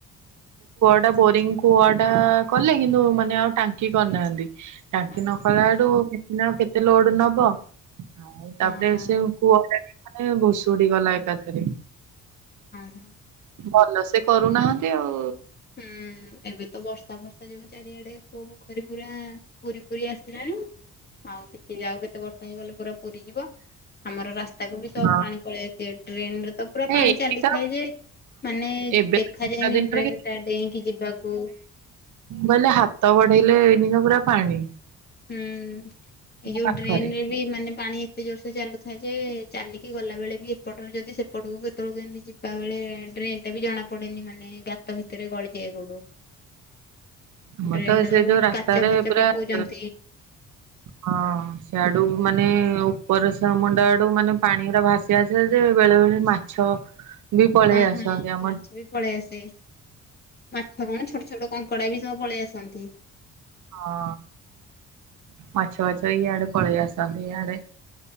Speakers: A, on the right; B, on the left.
A: ଟା ବୋରିଙ୍ଗ କୂଆଟା କଲେ କିନ୍ତୁ ମାନେ ଆଉ ଟାଙ୍କି କରିନାହାଁନ୍ତି। ଟାଙ୍କି
B: ହଁ
A: ନକଲା ଠୁ ଦେଖିଲା ଆଉ କେତେ ଲୋଡ ନବ? ଆଉ
B: ହଁ
A: ତାପରେ ସେ କୂଅ <unintelligible> ମାନେ ଭୁଷୁଡି ଗଲା ଏକାଥରେ।
B: ହଁ ହଁ।
A: ଭଲ ସେ କରୁନାହାଁନ୍ତି ଆଉ
B: ହୁଁ ଏବେ ତ ବର୍ଷା ଫର୍ଷା ଯୋଗୁ ଚାରିଆଡେ କୂଅ ପୋଖରୀ ପୁରା ପୂରି ପୂରି ଆସିଲାଣି ଆଉ କିଛି ଆଉ କେତେ ବର୍ଷ ହେଇଗଲେ ପୁରା ପୂରି ଯିବ। ଆମର ରାସ୍ତାକୁ ବି ସବୁ
A: ହଁ
B: ପାଣି ପଳେଇ ଆସି ଡ୍ରେନରେ ତ ପୁରା ପାଣି
A: ଏଇ
B: ଚାଲିଥାଏ
A: ତ
B: ଯେ, ମାନେ
A: ଏବେ
B: ଦେଖାଯାଏନି
A: ତ ବର୍ଷା ଦିନରେ
B: ଡ୍ରେନ୍ ଡେଇଁକି ଯିବାକୁ
A: ବୋଇଲେ ହାତ ବଢେଇଲେ ଏଇନିକା ପୁରା ପାଣି।
B: ଉଁ ଏଇ
A: ମୋ
B: ଯୋଉ
A: ପାଖରେ।
B: ଡ୍ରେନରେ ବି ମାନେ ପାଣି ଏତେ ଜୋର୍ ସେ ଚାଲୁଥାଏ ଯେ, ଚାଲିକି ଗଲାବେଳେ ବି ଏପଟରୁ ଯଦି ସେ ଏପଟକୁ କେତେବେଳୁ କେମତି ଯିବାବେଳେ ଡ୍ରେନଟା ବି ଜଣାପଡେନି ମାନେ ଗା ଗାତ ଭିତରେ ଗଳିଯାଏ ଗୋଡ।
A: ଆମର
B: ଡ୍ରେନରେ
A: ସେ
B: ତ ବହୁତ
A: ଯୋଉ ରାସ୍ତାରେ
B: କାଚ ଫାଚ
A: ପୁରା
B: ପକଉଚନ୍ତି
A: ହଁ ସିଆଡୁ ମାନେ ଉପର ସେମୁଣ୍ଡ ଆଡୁ ମାନେ ପାଣିଗୁରା ଭାସି ଆସିବ ଯେ, ବେଳେବେଳେ ମାଛ ବି ପଳେଇ
B: ହଁ
A: ଆସନ୍ତି
B: ହଁ
A: ଆମ
B: ମାଛ ବି ପଳେଇ ଆସେ। ମାଛ କଣ ଛୋଟ ଛୋଟ କଙ୍କଡା ବି ସବୁ ପଳେଇ ଆସନ୍ତି।
A: ହଁ ମାଛ ପାଛ ଇଆଡେ ପଳେଇ ଆସନ୍ତି, ଇଆଡେ